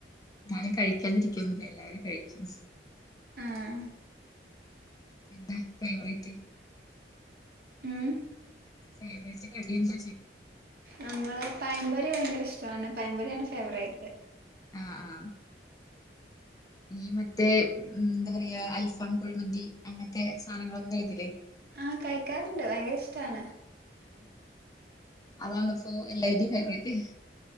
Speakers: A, on the left; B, on the right.
A: എന്നാലും കഴിക്കാതിരിക്കുവൊന്നുമില്ല എല്ലാരും കഴിക്കും
B: ആഹ്
A: എന്താ കൈവ്രീതി
B: ഉം
A: ഫവ കടിിയ എന്താ
B: നമ്മള് പൈൻപൊരി ഭയങ്കര ഇഷ്ടമാണ് പൈൻപൊരിാണ് ഫേവറേറ്റ്
A: ആഹ് ആഹ് ഈ മറ്റേ എന്താ പറയാ അൽഫാം കുഴിമന്തി അങ്ങനത്തെ സാധനങ്ങളൊക്കെ കളിക്കില്ലേ
B: ആഹ് കഴിക്കാറണ്ട് ഭയങ്കര ഇഷ്ടാണ്
A: അതാല്ല ഇപ്പൊ എല്ലാവടെയും ഫേവറേറ്റ്